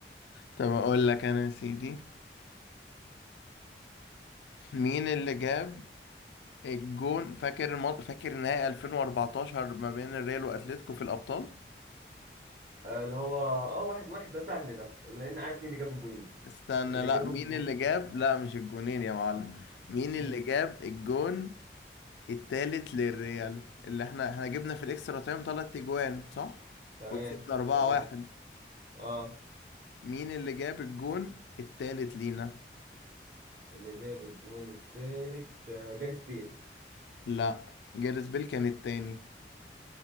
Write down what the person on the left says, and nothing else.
طب اقول لك انا يا سيدي مين اللي جاب الجون فاكر المط... فاكر نهائي 2014 ما بين الريال واتلتيكو في الابطال
استنى
لا
مين
اللي جاب لا مش الجونين يا معلم مين اللي
جاب الجون التالت للريال اللي احنا احنا جبنا في الاكسترا تايم تلات اجوان صح
وكسبنا 4-1
مين اللي جاب الجون التالت لينا
لا جاريث بيل كان التاني